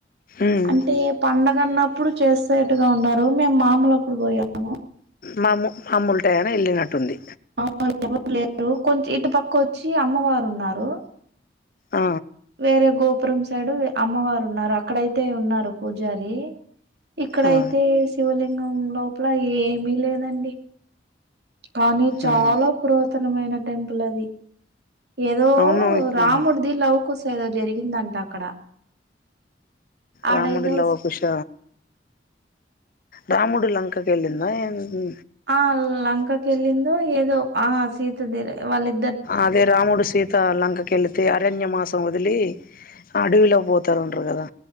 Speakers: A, on the left; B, on the right.
A: ఉమ్.
B: అంటే పండగ అన్నప్పుడు చేసేట్టుగా ఉన్నారు మేము మాములప్పుడు పోయాము
A: మాము మాములుటయాన వెళ్ళినట్టుంది
B: <unintelligible>
A: ఆ
B: వేరే గోపురం సైడ్ అమ్మవారు ఉన్నారు అక్కడయితే ఉన్నారు పూజారి ఇక్కడయితే
A: ఆ.
B: శివలింగం లోపల ఏమి లేదండి కానీ చాలా
A: ఉమ్.
B: పురాతనమైన టెంపుల్ అది ఏదో
A: అవును
B: రాముడిది లవకుశ ఏదో జరిగిందంట అక్కడ ఆడేదో
A: రాముడిలవకుశ రాముడు లంకకెళ్ళిందా ఏంటి
B: ఆ లంకకెళ్లిందొ ఏదో ఆ సీతది వాళ్ళ ఇ
A: అదే రాముడు సీత త లంకకెళితే అరణ్య మాసం వదిలి అడవిలో పోతా ఉంటారు కదా